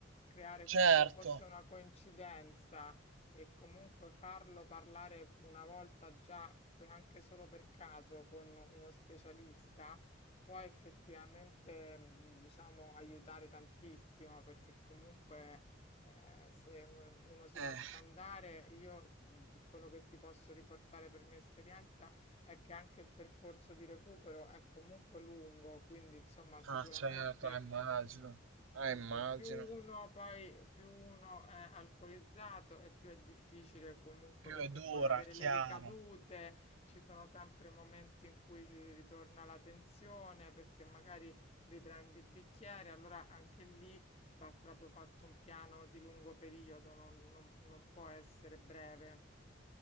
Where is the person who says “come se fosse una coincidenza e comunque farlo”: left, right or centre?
Left